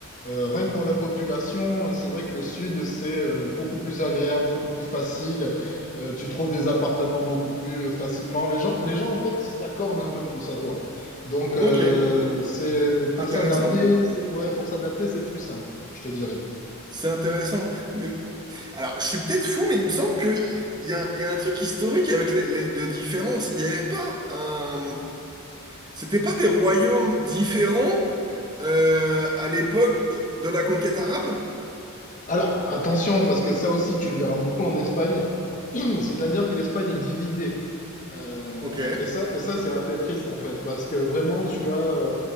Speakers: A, on the left; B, on the right.
A: euh, rien que pour la population, c'est vrai que le sud, c'est euh, beaucoup plus agréable, beaucoup plus facile. Euh, tu trouves des appartements beaucoup plus euh, facilement. Les gens, les gens en fait, s'accordent un peu plus à toi. Donc, euh,
B: Ok,
A: c'est pour
B: intéressant.
A: s'adapter,
B: ça.
A: c'est ouais, pour s'adapter, c'est plus simple, je te dirais.
B: C'est intéressant. Mais alors, je suis peut-être fou, mais il me semble qu'il y, y a, il y a un truc historique avec les, les de différence. Il n'y avait pas un. C'était pas des royaumes différents euh, à l'époque de la conquête arabe?
A: Alors, attention, parce que ça aussi, tu le verras beaucoup en Espagne. <clears throat> C'est-à-dire que l'Espagne est divisée. Euh,
B: Ok,
A: et ça, et ça c'est assez triste en fait, parce que vraiment tu as euh,